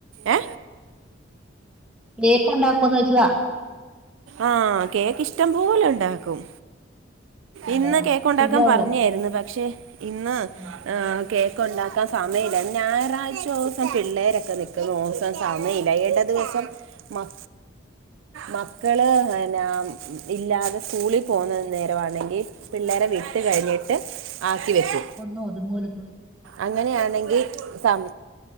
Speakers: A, on the right; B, in the centre.
A: ഏ
B: കേക്ക് ഉണ്ടകൊന്ന് ചോദിച്ചതാ
A: ആഹ് കേക്ക് ഇഷ്ട്ടം പോലെ ഒണ്ടാക്കും
B: അയ്യോ
A: ഇന്ന് കേക്കുണ്ടാക്കാൻ
B: ശരിയാവോ
A: പറഞ്ഞായിരുന്നു. പക്ഷെ ഇന്ന്
B: ഉം.
A: ആ കേക്ക് ഒക്കെ ഉണ്ടാക്കാൻ സമയമില്ല. ഞായറാഴ്ച ദിവസം പിള്ളേരൊക്കെ നിക്കുന്ന ദിവസം സമയില്ല എടദിവസം മ മക്കള് എന്ന്നാ ഇല്ലാതെ സ്കൂളിൽ പോക്ന്ന നേരാണെങ്കിൽ പിള്ളേരെ വിട്ട് കഴിഞ്ഞിട്ട് ആക്കി വെക്കും
B: ഒന്ന് ഒതുങ്ങോലു
A: അങ്ങനെയാണെങ്കിൽ സം